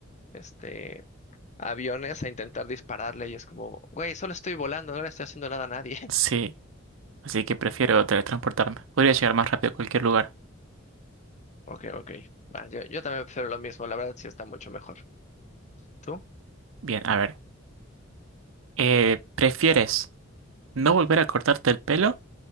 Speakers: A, on the left; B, on the right.
A: este, aviones a intentar dispararle y es como, güey, solo estoy volando, no le estoy haciendo nada a nadie.
B: Sí,
A: <laughs>
B: así que prefiero teletransportarme. Podría llegar más rápido a cualquier lugar.
A: Ok, ok. Va, yo, yo también prefiero lo mismo, la verdad sí está mucho mejor. ¿Tú?
B: Bien, a ver. Eh, ¿prefieres no volver a cortarte el pelo